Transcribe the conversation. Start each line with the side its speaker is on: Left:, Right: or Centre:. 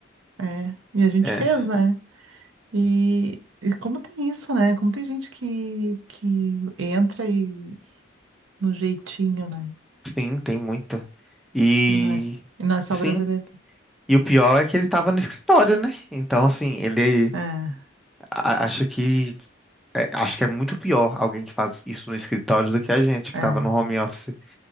Right: É, e a gente
Centre: É,
Right: fez, né? E, e como tem isso, né? Como tem gente que, que entra e no jeitinho, né?
Centre: sim, tem muita. E
Right: E não é, e não é só
Centre: sim,
Right: brasileiro.
Centre: e o pior é que ele tava no escritório, né? Então, assim, ele
Right: É,
Centre: a- acho que é, acho que é muito pior alguém que faz isso no escritório do que a gente, que
Right: é,
Centre: tava no home office.